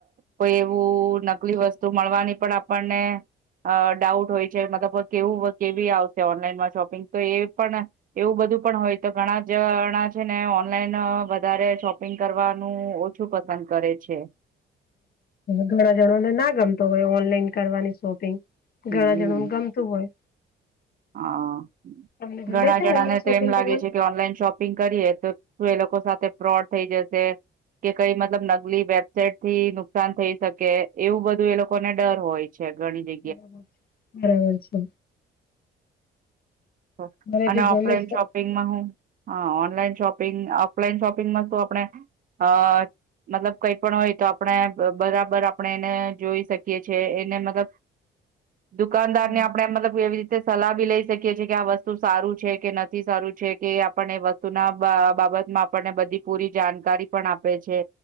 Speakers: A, on the right (about 45°); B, on the left (about 50°).
A: કોઈ એવું નકલી વસ્તુ મળવાની પણ આપણને અ ડાઉટ હોય છે. મતલબ કેવું કેવી આવશે? ઓનલાઈનમાં શોપિંગ તો એ પણ એવું બધું પણ હોય તો ઘણા જણા છે ને ઓનલાઈન વધારે શોપિંગ કરવાનું ઓછું શું પસંદ કરે છે.
B: ઘણા જણા ને ના ગમતો હોય ઓનલાઈન કરવાની શોપિંગ.
A: હમ
B: ઘણા જણને ગમતી હોય. તુ હોય.
A: હા.
B: તમને ગમે
A: ઘણા
B: છે
A: જણા
B: ઓનલાઈન
A: ને તો
B: શોપિંગ
A: એમ લાગે
B: કરવાનું
A: છે, કે ઓનલાઈન શોપિંગ કરીએ, તો શું એ લોકો સાથે ફ્રોડ થઈ જશે? કે કઈક મતલબ નકલી વેબસાઇટ થી નુકસાન થઈ શકે, એવું બધું એ લોકોને ડર હોય. છે. ઘણી જગ્
B: બરાબર. બરાબર છે.
A: હ
B: મને
A: અને
B: બી
A: આપડે
B: ગમે
A: એન
B: છે
A: શો શોપિંગ માં હું હા ઓનલાઇન શોપિંગ ઓફલાઈન શોપિંગ આપણે હ મતલબ કઈ પણ હોય તો આપણે બરાબર આપણે એને જોઈ શકીએ છે. એને મતલબ દુકાનદાર
B: બરાબર
A: ને આપણે મતલબ એવી રીતે સલાહ બી લઈ શકીએ છીએ. કે આ વસ્તુ સારું છે કે નથી સારું છે કે આપને એ વસ્તુ ના બાબતમાં આપણને બધી પૂરી જાણકારી પણ આપે છે.